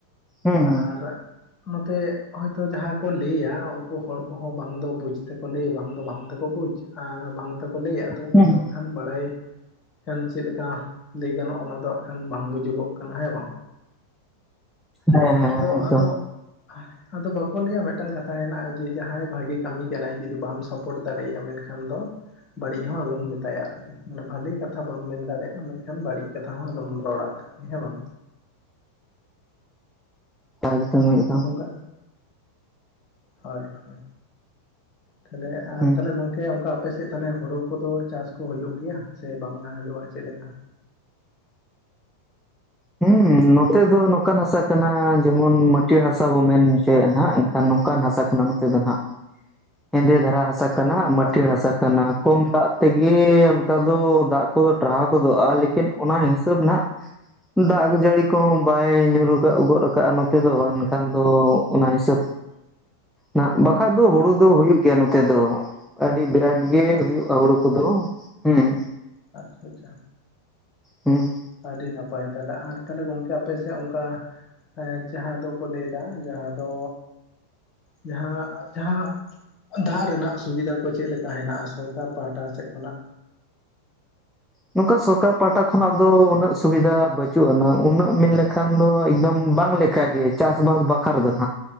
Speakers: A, in the centre; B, on the left.
A: ᱦᱩᱸ
B: ᱟᱨ ᱱᱚᱛᱮ ᱦᱚᱭᱛᱚ ᱡᱟᱦᱟᱸᱭ ᱠᱚ ᱞᱮᱭᱟ ᱩᱱᱠᱩ ᱦᱚᱲ ᱠᱚᱦᱚᱸ ᱵᱟᱝ ᱫᱚ ᱵᱩᱡ ᱛᱮᱠᱚ ᱞᱟᱹᱭ ᱵᱟᱝ ᱫᱚ ᱵᱟᱝ ᱛᱮᱠᱚ ᱵᱩᱡ ᱟᱸ ᱵᱟᱝ ᱛᱮᱠᱚ ᱞᱟᱹᱭᱟ ᱟᱫᱚ ᱚᱱᱟ
A: ᱦᱩᱸ
B: ᱫᱚ ᱠᱷᱟᱱ ᱵᱟᱲᱟᱭ ᱠᱷᱟᱱ ᱪᱮᱫ ᱞᱮᱠᱟ ᱞᱟᱹᱭ ᱜᱟᱱᱚᱜᱼᱟ ᱚᱱᱟ ᱫᱚ ᱦᱟᱸᱜ ᱠᱷᱟᱱ ᱵᱟᱝ ᱵᱩᱡᱩᱜᱚᱜ ᱠᱟᱱᱟ ᱦᱮᱸ ᱵᱟᱝ
A: ᱦᱮᱸ ᱦᱮᱸ
B: ᱛᱚ
A: ᱮᱠᱫᱚᱢ
B: ᱟᱫᱚ ᱟᱫᱚ ᱵᱟᱠᱚ ᱞᱟᱹᱭᱟ ᱢᱤᱫᱴᱟᱝ ᱠᱟᱛᱷᱟ ᱦᱮᱱᱟᱜᱼᱟ ᱡᱮ ᱡᱟᱦᱟᱸᱭ ᱵᱷᱟᱜᱤ ᱠᱟᱢᱤ ᱠᱟᱱᱟᱭ ᱡᱩᱫᱤ ᱵᱟᱢ ᱥᱟᱯᱳᱨᱴ ᱫᱟᱲᱮᱭᱭᱟ ᱢᱮᱱᱠᱷᱟᱱ ᱫᱚ ᱵᱟᱲᱤᱡ ᱦᱚᱸ ᱟᱞᱚᱢ ᱢᱮᱛᱟᱭᱟ ᱟᱨᱠᱤ ᱢᱟᱱᱮ ᱵᱷᱟᱞᱮ ᱠᱟᱛᱷᱟ ᱵᱟᱢ ᱢᱮᱱ ᱫᱟᱲᱮᱭᱟᱜᱼᱟ ᱢᱮᱱᱠᱷᱟᱱ ᱵᱟᱲᱤᱡ ᱠᱟᱛᱷᱟ ᱦᱚᱸ ᱟᱞᱚᱢ ᱨᱚᱲᱟ ᱟᱨᱠᱤ ᱾ ᱦᱮᱸ ᱵᱟᱝ,
A: <unintelligible>
B: ᱱᱚᱝᱠᱟ ᱦᱳᱭ, ᱦᱳᱭ, ᱛᱟᱦᱞᱮ ᱟᱨ
A: ᱦᱩᱸ
B: ᱛᱟᱦᱚᱞᱮ ᱜᱚᱝᱠᱮ ᱥᱮ ᱚᱱᱠᱟ ᱟᱯᱮᱥᱮᱫ ᱛᱟᱦᱚᱞᱮ ᱦᱳᱲᱳ ᱠᱚᱫᱚ ᱪᱟᱥ ᱠᱚ ᱦᱩᱭᱩᱜ ᱜᱮᱭᱟ ᱥᱮ ᱵᱟᱝ ᱦᱩᱭᱩᱜᱼᱟ ᱪᱮᱫ ᱞᱮᱠᱟ?
A: ᱦᱮᱸ ᱱᱚᱛᱮ ᱫᱚ ᱱᱚᱝᱠᱟᱱ ᱦᱟᱥᱟ ᱠᱟᱱᱟ, ᱡᱮᱢᱚᱱ ᱢᱟᱹᱴᱭᱟᱹᱲ ᱦᱟᱥᱟ ᱵᱚᱱ ᱢᱮᱱ ᱦᱚᱪᱚᱭᱮᱫ ᱱᱟᱜ᱾ ᱱᱚᱝᱠᱟᱱ ᱦᱟᱥᱟ ᱠᱟᱱᱟ ᱱᱚᱛᱮ ᱫᱚ ᱱᱟᱜ, ᱦᱮᱸᱫᱮ ᱫᱷᱟᱨᱟ ᱦᱟᱥᱟ ᱠᱟᱱᱟ ᱢᱟᱹᱴᱭᱟᱹᱲ
B: ᱟᱪᱪᱷᱟ
A: ᱦᱟᱥᱟ ᱠᱟᱱᱟ᱾ ᱠᱚᱢ ᱫᱟᱜ ᱛᱮᱜᱮ ᱚᱱᱠᱟ ᱫᱚ ᱫᱟᱜ ᱠᱚᱫᱚ ᱴᱟᱨᱦᱟᱣ ᱜᱚᱫᱚᱜᱼᱟ᱾ ᱞᱮᱠᱤᱱ ᱚᱱᱟ ᱦᱤᱥᱟᱹᱵ ᱱᱟᱸᱜ ᱫᱟᱜ ᱡᱟᱲᱤ ᱠᱚᱦᱚᱸ ᱵᱟᱭ ᱧᱩᱨᱠᱟᱫ ᱜᱚᱫ ᱠᱟᱜᱼᱟ᱾ ᱱᱚᱛᱮ ᱫᱚ ᱮᱱᱠᱷᱟᱱ ᱫᱚ ᱚᱱᱟ ᱦᱤᱥᱟᱹᱵᱽ
B: <inaudible>
A: ᱱᱟ ᱵᱟᱠᱷᱟᱡᱽ ᱫᱚ ᱦᱩᱲᱩ ᱫᱚ ᱦᱩᱭᱩᱜ ᱜᱮᱭᱟ ᱱᱚᱛᱮ ᱫᱚ᱾ ᱟᱹᱰᱤ ᱵᱤᱨᱟᱴ ᱜᱮ ᱦᱩᱭᱩᱜᱼᱟ
B: ᱟᱪᱪᱷᱟ
A: ᱦᱩᱲᱩ ᱠᱚᱫᱚ ᱦᱮᱸ᱾
B: ᱟᱪᱪᱷᱟ, ᱟᱪᱪᱷᱟ᱾
A: ᱦᱩᱸ᱾
B: ᱟᱹᱰᱤ ᱱᱟᱯᱟᱭ ᱛᱟᱦᱞᱮ ᱟᱨ ᱛᱟᱦᱞᱮ ᱜᱚᱢᱠᱮ ᱟᱯᱮ ᱥᱮᱫ ᱚᱱᱠᱟ ᱡᱟᱦᱟᱸ ᱫᱚᱠᱚ ᱞᱟᱹᱭ ᱮᱫᱟ, ᱡᱟᱦᱟᱸ ᱫᱚ ᱡᱟᱦᱟᱸ ᱡᱟᱦᱟᱸ ᱫᱟᱜ ᱨᱮᱱᱟᱜ ᱥᱩᱵᱤᱫᱷᱟ ᱠᱚ ᱪᱮᱫ ᱞᱮᱠᱟ ᱦᱮᱱᱟᱜᱼᱟ, ᱥᱚᱨᱠᱟᱨ ᱯᱟᱦᱴᱟ ᱥᱮᱫ ᱠᱷᱚᱱᱟᱜ?
A: ᱱᱚᱝᱠᱟ ᱥᱚᱨᱠᱟᱨ ᱯᱟᱦᱟᱴᱟ ᱠᱷᱚᱱᱟᱜ ᱫᱚ ᱩᱱᱟᱹᱜ ᱥᱩᱵᱤᱫᱷᱟ ᱵᱟᱹᱪᱩᱜ ᱟᱱᱟ, ᱩᱱᱟᱹᱜ ᱢᱮᱱᱠᱷᱟᱱ ᱠᱷᱟᱱ ᱫᱚ ᱮᱠᱫᱚᱢ ᱵᱟᱝ ᱞᱮᱠᱟᱜᱮ ᱪᱟᱥ-ᱵᱟᱥ ᱵᱟᱹᱠᱷᱨᱟ ᱫᱚ ᱟᱜ